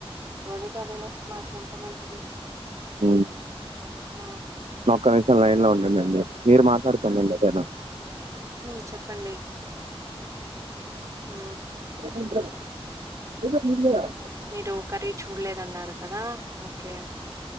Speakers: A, on the right; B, on the right.
A: రోజు కాలినే మాకేం పని ఉంటుంది
B: ఉమ్,
A: ఆ
B: ఒక్క నిమిషం లైన్ లో ఉండండండి మీరు మాట్లాడుతూ ఉండండి ఏదైన
A: ఉ చెప్పండి ఊ
B: <unintelligible>
A: మీరు కర్రీ చూడలేదన్నారు కదా ఓకే